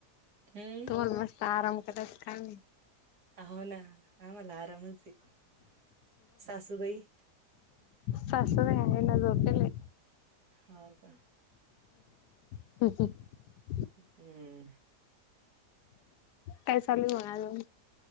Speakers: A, on the right; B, on the left.
A: हम्म
B: तोल मस्त आराम. कदाचीत काम
A: हो ना अं मला आर् रामचाय सासुबाई?
B: सासुबाई आहे ना झोपले.
A: हो का.
B: <inaudible>
A: हम्म.
B: काय चालू आहे म् अजून